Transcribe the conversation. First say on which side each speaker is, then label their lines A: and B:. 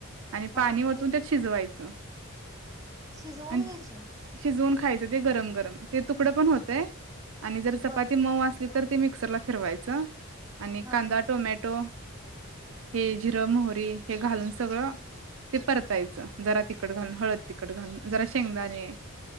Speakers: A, on the right (about 60°); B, on the right (about 15°).
A: आणि पाणी
B: हा म्हणजे
A: ओतून त्यात शिजवायचं.
B: शिजवून
A: आणि
B: घ्यायची.
A: शिजवून खायचं ते गरम गरम ते तुकडं पण होतंय आणि जर चपाती
B: बर
A: मऊ असली तर ते मी चला फरवायं च आणि
B: हा
A: कांदा टोमॅटो हे जिरं मोहरी हे घालून सगळं ते परतायचं, जरा तिखट घालून हळद तिखट घालून, जरा शेंगदाणे.